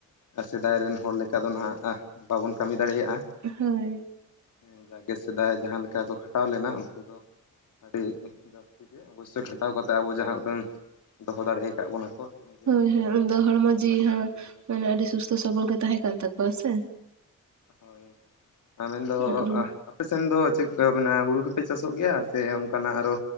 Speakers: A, on the left (about 75°); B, on the right (about 65°).
A: ᱟᱨ ᱥᱮᱫᱟᱭ ᱨᱮᱱ ᱦᱚᱲ ᱞᱮᱠᱟ ᱫᱚ ᱱᱟᱦᱟᱸᱜ ᱵᱟᱵᱚᱱ ᱠᱟᱹᱢᱤ ᱫᱟᱲᱮᱭᱟᱜᱼᱟ ᱾
B: ᱦᱳᱭ ᱾
A: ᱮᱸ ᱡᱟᱠᱜᱮ ᱥᱮᱫᱟᱭ ᱡᱟᱦᱟᱸ ᱞᱮᱠᱟ ᱠᱚ ᱠᱷᱟᱴᱟᱣ ᱞᱮᱱᱟ, ᱩᱱᱠᱩ ᱫᱚ ᱟᱹᱰᱤ ᱡᱟᱹᱥᱛᱤ ᱜᱮ ᱚᱵᱚᱥᱥᱳᱭ ᱠᱷᱟᱴᱟᱣ ᱠᱟᱛᱮ ᱟᱵᱚ ᱡᱟᱦᱟᱸ ᱩᱰᱟᱹᱝ ᱫᱚᱦᱚ ᱫᱟᱲᱮ ᱠᱟᱫ ᱵᱚᱱᱟ, ᱠᱚ ᱤᱱᱟᱹᱜᱮ
B: ᱦᱳᱭ ᱦᱳᱭ, ᱩᱱᱫᱚ ᱦᱚᱲᱢᱚ
A: ᱟᱹᱰᱤ ᱱᱟᱯᱟᱭ
B: ᱡᱤᱣᱤ
A: ᱠᱚ
B: ᱦᱚᱸ
A: ᱠᱟᱹᱢᱤ ᱫᱟᱲᱮᱭᱟᱜᱼᱟ᱾
B: ᱢᱟᱱᱮ ᱟᱹᱰᱤ ᱥᱩᱥᱛᱷᱚ ᱥᱚᱵᱚᱞ ᱜᱮ ᱛᱟᱦᱮᱸ ᱠᱟᱱ ᱛᱟᱠᱚᱣᱟ ᱥᱮ?
A: ᱦᱳᱭ ᱟᱨ ᱟᱵᱮᱱ ᱫᱚ
B: ᱩᱱᱟᱹᱜ ᱨᱩᱣᱟᱹ
A: ᱟᱯᱮ ᱥᱮᱱ ᱫᱚ ᱪᱮᱫ ᱠᱚ ᱢᱮᱱᱟ? ᱦᱩᱲᱩ ᱠᱚᱯᱮ ᱪᱟᱥᱚᱜ ᱜᱮᱭᱟ ᱥᱮ ᱚᱱᱠᱟᱱᱟᱜ ᱟᱨᱚ,